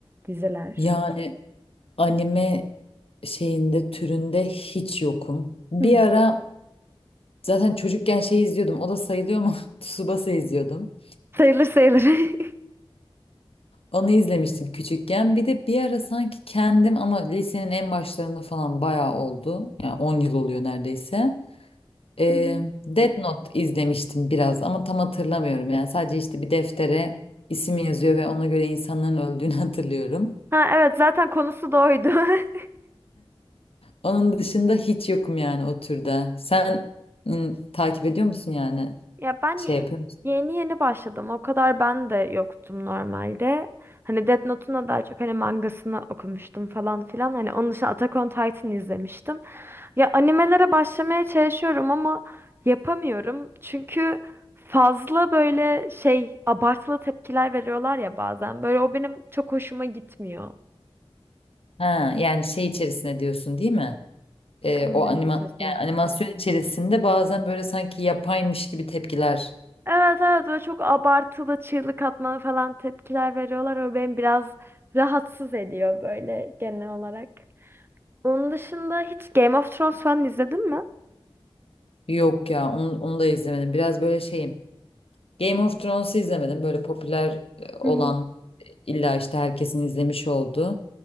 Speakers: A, on the right; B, on the left.
A: diziler.
B: Yani anime şeyinde türünde hiç yokum. Bir
A: Hı.
B: ara Zaten çocukken şey izliyordum. O da sayılıyor ama <laughs> Tsubasa izliyordum.
A: Sayılır sayılır. <laughs>
B: Onu izlemiştim küçükken. Bir de bir ara sanki kendim ama lisenin en başlarında falan bayağı oldu. Yani 10 yıl oluyor neredeyse. Ee,
A: Hı hı.
B: Death Note izlemiştim biraz ama tam hatırlamıyorum. Yani sadece işte bir deftere isim yazıyor ve ona göre insanların öldüğünü <laughs> hatırlıyorum.
A: Ha evet zaten konusu da oydu. <laughs>
B: Onun dışında hiç yokum yani o türde. Sen ım, takip ediyor musun yani?
A: Ya ben
B: Şey
A: ye-
B: yapıyor musun?
A: yeni yeni başladım. O kadar ben de yoktum normalde. Hani Death Note'un da daha çok hani mangasını okumuştum falan filan. Hani onun dışında Attack on Titan izlemiştim. Ya animelere başlamaya çalışıyorum ama yapamıyorum. Çünkü fazla böyle şey abartılı tepkiler veriyorlar ya bazen. Böyle o benim çok hoşuma gitmiyor.
B: Ha, yani şey içerisine diyorsun değil mi? Ee,
A: Animenin
B: o anima
A: içerisinde.
B: yani animasyon içerisinde bazen böyle sanki yapaymış gibi tepkiler.
A: Evet evet böyle çok abartılı çığlık atmalı falan tepkiler veriyorlar. O beni biraz rahatsız ediyor böyle genel olarak. Onun dışında hiç Game of Thrones falan izledin mi?
B: Yok ya onu, onu da izlemedim. Biraz böyle şeyim. Game of Thrones'u izlemedim. Böyle popüler e, olan
A: Hı hı.
B: e, illa işte herkesin izlemiş olduğu.